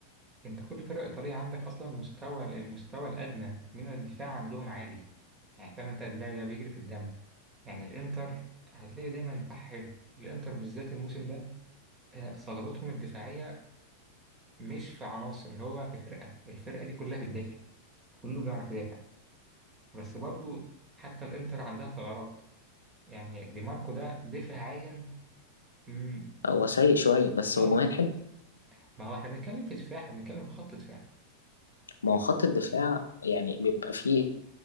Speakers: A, on the right; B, on the left.
A: أنت كل فرقة إيطالية عندك أصلا مستوى المستوى الأدنى من الدفاع عندهم عالي يعني فاهم أنت ده ده بيجري في الدم يعني الانتر هتلاقي دايما دفاعها حلو الانتر بالذات الموسم ده آه، صلابتهم الدفاعية مش في عناصر هو في فرقة الفرقة دي كلها بتدافع كله بيعرف يدافع بس برضو حتى الانتر عندها ثغرات يعني دي ماركو ده دفاعيا مم.
B: هو سيء شوية بس
A: اه
B: هجوميا حلو
A: ما هو احنا بنتكلم في دفاع احنا بنتكلم في خط دفاع
B: ما
A: عادي.
B: هو خط الدفاع يعني بيبقى فيه